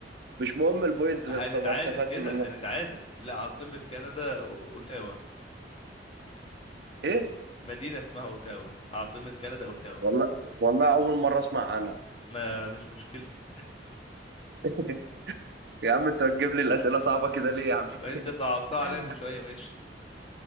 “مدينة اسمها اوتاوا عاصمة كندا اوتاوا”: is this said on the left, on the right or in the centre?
Left